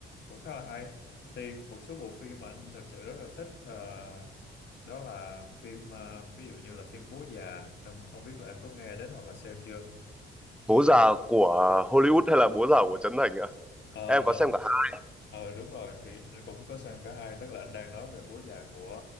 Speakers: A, on the left (about 60°); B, in the centre.
A: cũng khá là hay. Thì một số bộ phim mà anh thật sự rất là thích ờ, đó là phim ờ, ví dụ như là phim Bố Già em không biết là em có nghe đến hoặc là xem chưa?
B: bố già của Hollywood hay là bố già của Trấn Thành ạ
A: Ờ,
B: em có
A: là
B: xem cả hai
A: ờ đúng rồi thì anh cũng có sang cả hai tức là anh đang nói về bố già của